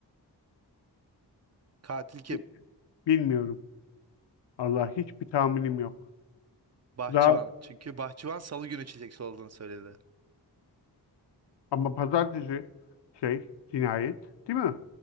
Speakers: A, on the right (about 40°); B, on the left (about 80°).
A: Katil kim?
B: Bi- Bilmiyorum. Allah hiçbir tahminim yok.
A: Bahçıvan.
B: Daha
A: Çünkü bahçıvan salı günü çiçek soladığını söyledi.
B: ama pazartesi şey cinayet değil mi?